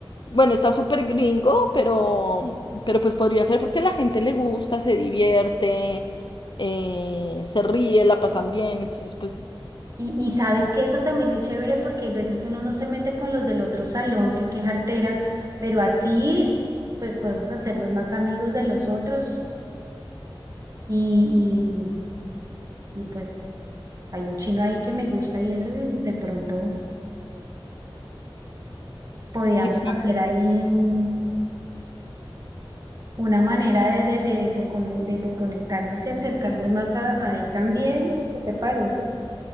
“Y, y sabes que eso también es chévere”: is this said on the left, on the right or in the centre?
Right